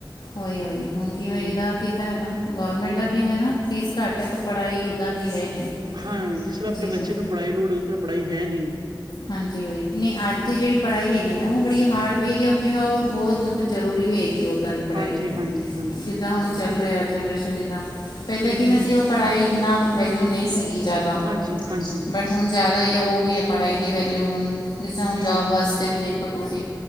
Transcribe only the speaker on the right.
ਹੂੰ
ਹੂੰ
ਹੂੰ
ਹੂੰ।
ਹਾਂ, ਜਿਸ ਤਰ੍ਹਾਂ ਆਪਣੇ
ਬੱਚੇ ਨੂੰ ਪੜ੍ਹਾਈ ਲੋੜ ਉਸ ਤਰ੍ਹਾਂ ਪੜ੍ਹਾਈ ਹੈ ਨਹੀਂ ਉਧਰ।
ਹੂੰ।
ਹੂੰ
ਹਾਂਜੀ ਹਾਂਜੀ ਹਾਂਜੀ
ਹਾਂਜੀ।
ਹਾਂਜੀ।
ਹੂੰ
ਹਾਂਜੀ ਹਾਂਜੀ
ਹੂੰ
ਹੂੰ